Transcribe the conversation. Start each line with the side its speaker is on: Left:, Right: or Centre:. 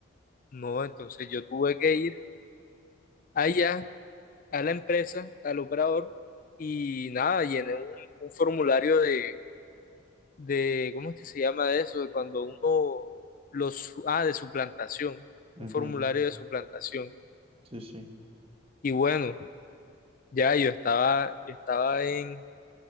Left: No, entonces yo tuve que ir allá a la empresa, al operador y nada, llené un, un formulario de, de, ¿cómo es que se llama eso? De cuando uno los, ah, de suplantación,
Right: Ujú,
Left: un formulario de suplantación.
Right: Sí, sí.
Left: Y bueno, ya yo estaba, yo estaba en,